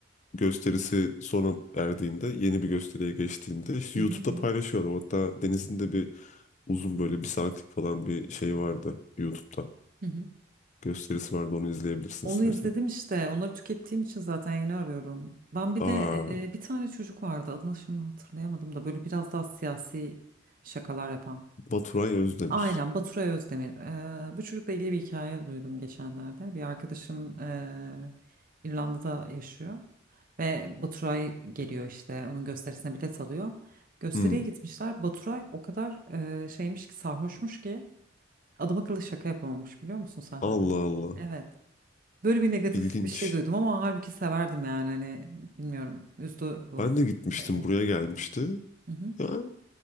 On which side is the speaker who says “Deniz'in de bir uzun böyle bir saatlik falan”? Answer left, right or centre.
Left